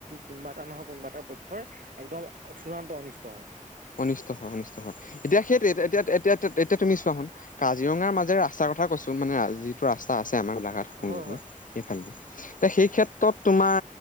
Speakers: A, on the right (about 85°); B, on the left (about 75°).
A: কোনোবা এটা নহয় কোনোবা এটা পক্ষ একদম চূড়ান্ত অনিষ্ট হয়
B: অনিষ্ট হয় অনিষ্ট হয় এতিয়া সেইটো এতিয়া, এতিয়া, এতিয়া তুমি চোৱাচোন কাজিৰঙাৰ মাজেৰে ৰাস্তাৰ কথা কৈছো মানে যিটো ৰাস্তা আছে আমাৰ গোলাঘাট
A: হয়
B: সংযোগী
A: হয় হয়
B: সেইফালেদি এ সেই ক্ষেত্ৰত তোমাৰ